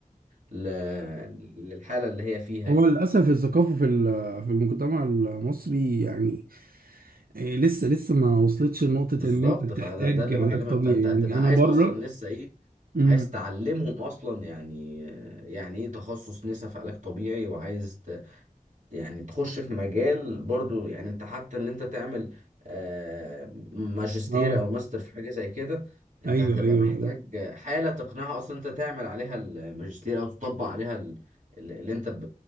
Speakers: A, on the right; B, on the right.
A: ل... للحالة اللي هي فيها
B: هو
A: يعني
B: للأسف الثقافة في ال- في المجتمع المصري يعني إيه لسه لسه ما وصلتش لنقطة
A: بالظبط
B: إن أنت بتحتاج
A: فده ده اللي بكلمك
B: علاج طبيعي
A: فانت هتبقى
B: يعني أنا
A: عايز
B: بره
A: اصلا لسه ايه
B: امم
A: عايز تعلمهم اصلا يعني يعني ايه تخصص نساء في علاج طبيعي وعايز يعني تخش في مجال برضو يعني انت حتى اللي انت تعمل آه، ماجستير
B: أه
A: او ماستر في حاجة زي كده انت
B: أيوه
A: هتبقى
B: أيوه
A: محتاج
B: أيوه
A: حالة تقنعها اصلا انت تعمل عليها الماجستير او تطبق عليها ال- اللي انت ب-